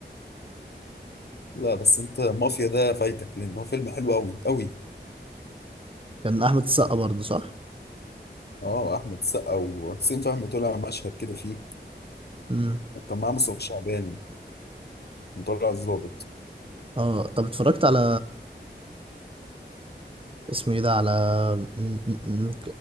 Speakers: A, on the left; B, on the right.
A: لا بس انت مافيا ده فايتك لان هو فيلم حلو قوي قوي
B: <laughs> كان أحمد السقا برضه صح؟
A: اه احمد السقا وحسين فهمي طلع مشهد كده فيه
B: امم
A: وكان معاه مصطفى شعبان مطلع الظابط
B: اه طب اتفرجت على اسمه ايه ده على م- م- م-